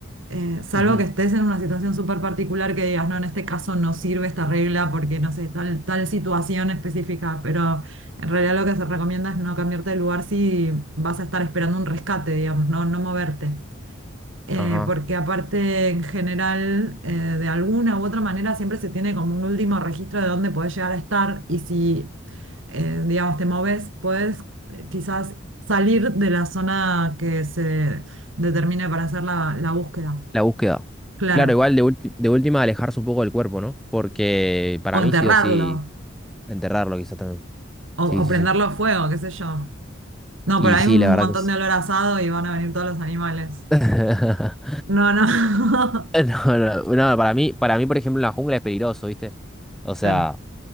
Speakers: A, on the right; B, in the centre.
A: Eh, salvo
B: ujú,
A: que estés en una situación súper particular que digas, no, en este caso no sirve esta regla porque no sé, tal, tal situación específica, pero en realidad lo que se recomienda es no cambiarte de lugar si vas a estar esperando un rescate, digamos, no, no moverte eh,
B: Ajá.
A: porque aparte en general, eh, de alguna u otra manera, siempre se tiene como un último registro de dónde podés llegar a estar y si, eh, digamos, te moves, podés eh, quizás salir de la zona que se determine para hacer la, la búsqueda.
B: La búsqueda.
A: Claro.
B: Claro, igual de, ulti- de última alejarse un poco del cuerpo, ¿no? Porque para
A: O
B: mí
A: enterrarlo,
B: sí o sí enterrarlo quizá también.
A: o,
B: Sí,
A: o
B: sí,
A: prenderlo
B: sí.
A: a fuego, qué sé yo. No,
B: Y
A: pero hay
B: sí,
A: un
B: la verdad
A: montón
B: que es.
A: de olor a asado y van a venir todos los animales.
B: <laughs>
A: No, no. <laughs>
B: No, no, no, para mí, para mí, por ejemplo, la jungla es peligroso, ¿viste? O sea,
A: Claro,